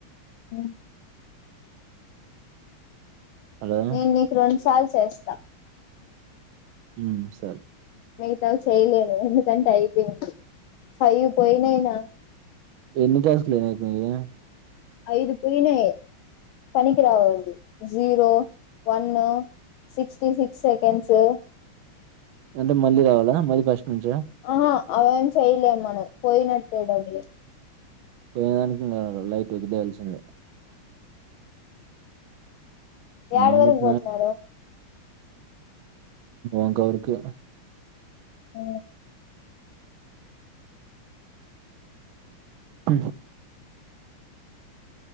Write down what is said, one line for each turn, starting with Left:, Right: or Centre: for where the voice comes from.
Left: అ
Right: హలో
Left: నేను నీకు రెండు సార్లు చేస్తాను
Right: ఉ సర
Left: మిగతా చేయలేను ఎందుకంటే అయిపోయింది సాయి పోయినయినా
Right: ఎన్ని టాస్క్లు అయినాయి ఇప్పుడు నీవి
Left: ఐదు పోయినా పనికి రావాలి zero one sixty six seconds
Right: అంటే మళ్ళీ రావాలా మళ్ళీ ఫస్ట్ నుంచ
Left: ఆహా అవేం చేయలే మనకు పోయినట్టేయడని
Right: వ ైట్ వదిలే కలిస
Left: ఏడు
Right: నైట్
Left: వరకు పోతున్నారు
Right: అకావరుకు
Left: అ
Right: ప